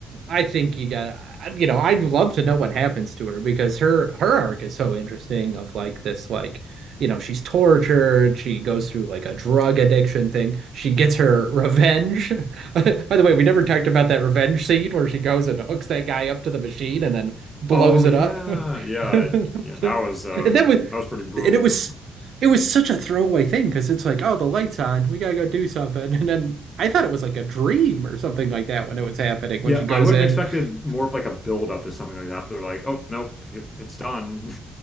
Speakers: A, on the right (about 65°); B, on the left (about 20°).
A: I think you got, you know, I'd love to know what happens to her because her her arc is so interesting of like this like, you know, she's tortured, she goes through like a drug addiction thing. She gets her revenge. <laughs> By the way, we never talked about that revenge scene where she goes and hooks that guy up to the machine and then blows
B: Oh
A: it
B: yeah,
A: up.
B: yeah,
A: <laughs> And
B: yeah. That was uh,
A: that was
B: that was pretty brutal.
A: and it was
B: <laughs>
A: it was such a throwaway thing because it's like, oh, the light's on. We gotta go do something. And then I thought it was like a dream or something like that when it was happening, when
B: Yeah,
A: she goes
B: I would
A: in.
B: have expected
A: <laughs>
B: more of like a build up to something like that, but they're like, oh nope, it- it's done.